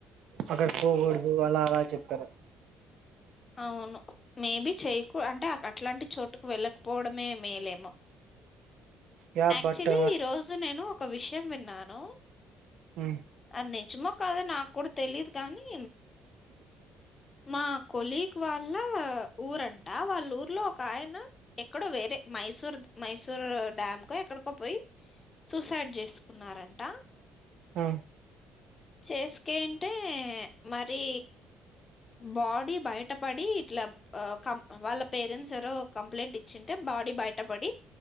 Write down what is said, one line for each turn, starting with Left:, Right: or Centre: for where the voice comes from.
Right: అక్కడికి పోకూడదు అలా అలా చెప్పారు
Left: అవును మేబీ చేయకు అంటే అ అట్లాంటి చోటుకు వెళ్ళకపోవడమే మేలేమో
Right: యా
Left: యాక్చువలీ
Right: బట్
Left: ఈ రోజు నేను ఒక విషయం షయం విన్నాను
Right: ఊ
Left: అది నిజమో కాదొ నాక్ కూడా తెలీదు కానీ మా కొలిగ్ వాళ్ళ ఊరంట వాళ్ళ ఊర్లో ఒక ఆయన ఎక్కడో వేరే మైసూర్ మైసూర్ డ్యామ్కో ఎక్కడికో పోయి సూసైడ్ చేసుకున్నారంట
Right: ఆ
Left: చేసుకేంటే మరి బాడీ బయటపడి ఇట్లా కం వాళ్ళ పేరెంట్స్ ఎరో కంప్లైంట్ ఇచ్చింటే బాడీ బయటపడి